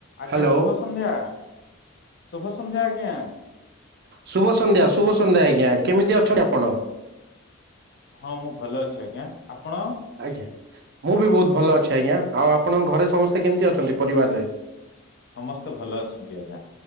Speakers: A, on the left; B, on the right.
A: ଆଜ୍ଞା
B: ହ୍ୟାଲୋ
A: ଶୁଭ ସନ୍ଧ୍ୟା, ଶୁଭ ସନ୍ଧ୍ୟା ଆଜ୍ଞା।
B: ଶୁଭ ସନ୍ଧ୍ୟା, ଶୁଭ ସନ୍ଧ୍ୟା ଆଜ୍ଞା କେମିତି ଅଛନ୍ତି ଆପଣ?
A: ହଁ, ମୁଁ ଭଲ ଅଛି ଆଜ୍ଞା ଆପଣ?
B: ଆଜ୍ଞା ମୁଁ ବି ବହୁତ ଭଲ ଅଛି ଆଜ୍ଞା ଆଉ ଆପଣଙ୍କ ଘରେ ସମସ୍ତେ କେମିତି ଅଛନ୍ତି ପରିବାରରେ?
A: ସମସ୍ତେ ଭଲ ଅଛନ୍ତି ଆଜ୍ଞା